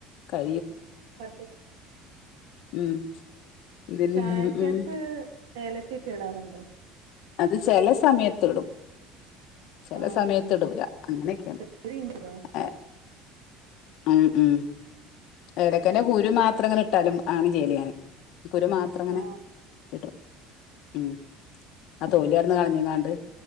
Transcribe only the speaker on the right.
പ
ചായക്കത്ത്
ഏലക്കൊക്കെ ഇടാറുണ്ടോ
ആ
ആ
അത് കഴിഞ്ഞല്ലോ
ആ